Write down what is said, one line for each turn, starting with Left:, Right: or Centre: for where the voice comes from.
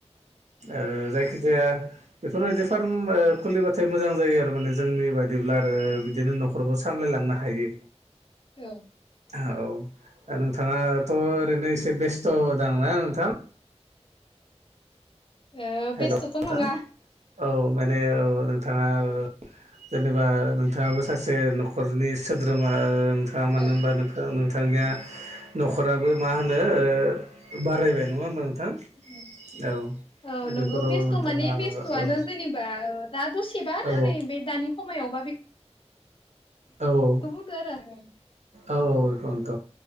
Right: ओ जायखिजाया बेफोरबायदि फार्म खुलिबा थाय मोजां जायो आरो माने जोंनि बादिब्ला आरो बिदिनो न'खरखौ सामलायलांनो हायो।
Left: औ।
Right: औ दा नोंथाङाथ' ओरैनो एसे बेस्थ' दांना नोंथां?
Left: ओ
Right: हेल'
Left: बेस्थ'थ'
Right: नोंथां
Left: नङा।
Right: औ माने औ नोंथाङा ओ जेनेबा नोंथाङाबो सासे न'खरनि सोद्रोमा ओ नोंथाङा मानो
Left: औ
Right: होनबा नोंथां नोंथांनिया न'खराबो मा होनो ओ बारायबाय नङा होमबा नोंथां
Left: दे
Right: औ।
Left: औ
Right: दा
Left: नोंगौ
Right: बेफोराव
Left: बेस्थ'
Right: नोंथाङा
Left: माने बेस्थ'आनो
Right: औ
Left: जेनेबा ओ दा दसेबा आरो
Right: औ
Left: नै बे दानि समायावबा <inaudible>
Right: औ
Left: <unintelligible>
Right: औ औ एखनोथ'